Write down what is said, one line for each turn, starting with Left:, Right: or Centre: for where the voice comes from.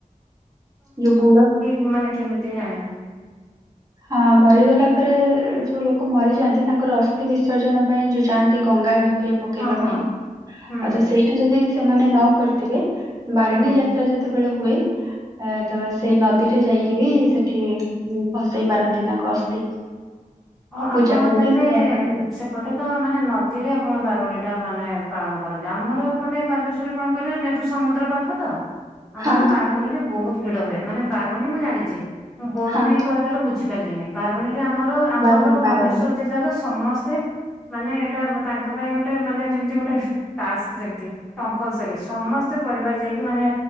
Right: ଯୋଉ ବୁଢା
Centre: ଆମେ ମାନେ କେମିତି ଜାଣିବୁ।
Right: ହଁ ମରିଗଲା ପରେ ଯୋଉ ଲୋକ ମରିଯାଆନ୍ତି ତାଙ୍କର ଅସ୍ଥି ବିସର୍ଜନ ପାଇଁ ଯୋଉ ଯାଆନ୍ତି ଗଙ୍ଗା ନଦୀରେ ପକେଇବା
Centre: ହଁ ହଁ
Right: ପାଇଁ
Centre: ହୁଁ
Right: ଆଉ ତ ସେଇଟା ଯଦି ସେମାନେ ନ କରିଥିବେ ବାରଣୀ
Centre: ହୁଁ
Right: ଯାତ୍ରା ଜେ ଯେତେବେଳେ ହୁଏ ତ ସେଇ ନଦୀରେ ଯାଇକି ବି ସେଠି ହଁ ଭସେଇ ପାରନ୍ତି ତାଙ୍କ ଅସ୍ଥି।
Centre: ଓ
Right: ପୂଜା
Centre: ଆପଣ
Right: କରିକି
Centre: ତାହେଲେ
Right: ସେଠି ଆସନ୍ତି
Centre: ସେ ଏପଟେ ତ ମାନେ ନଦୀରେ ଆପଣ ବାରୁଣୀ ଟା ମାନେ ପାଳନ କରନ୍ତି ଆମର ଏପଟେ ବାଲେଶ୍ଵ କଣ କରିବେ ଯେହେତୁ ସମୁଦ୍ର ପାଖତ ଆମର
Right: ହଁ
Centre: ବାରୁଣୀରେ ବହୁତ ଭିଡ ହୁଏ ମାନେ ବାରୁଣୀ ମୁଁ ଜାଣିଛି ମୁଁ ବରୁଣେଇ
Right: ହଁ
Centre: କହିଲାରୁ ବୁଝିପାରିଲିିନି ବାରୁଣୀରେ ଆମର ଆମର
Right: ବାରୁଣୀ ବାରୁଣୀ
Centre: ବାଲେଶ୍ଵର ଜିଲ୍ଲାର ସମସ୍ତେ ମାନେ ଏଇଟା ତାଙ୍କ ପାଇଁ ଗୋଟେ ମାନେ ଯେମିତି ଗୋଟେ ଟାକ୍ସ ଯେମତି କମ୍ପଲସରୀ ସମସ୍ତେ ପରିବାର ଯାଇକି ମାନେ